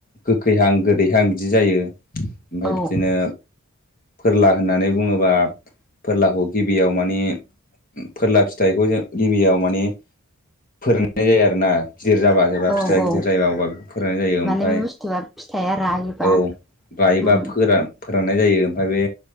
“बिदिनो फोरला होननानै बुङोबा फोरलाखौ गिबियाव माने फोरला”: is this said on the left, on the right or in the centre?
Left